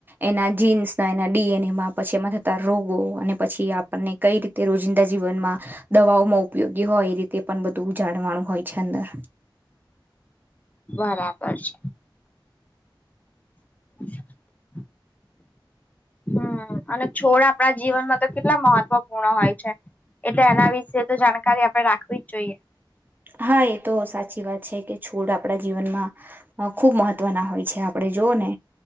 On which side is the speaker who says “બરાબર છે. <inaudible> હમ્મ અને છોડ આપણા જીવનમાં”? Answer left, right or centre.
Left